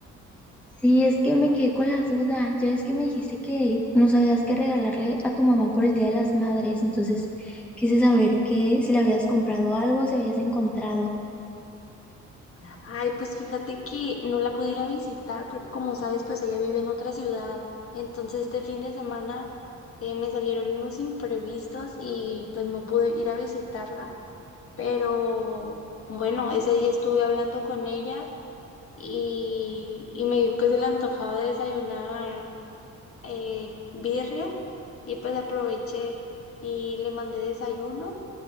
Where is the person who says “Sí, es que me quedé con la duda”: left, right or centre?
Centre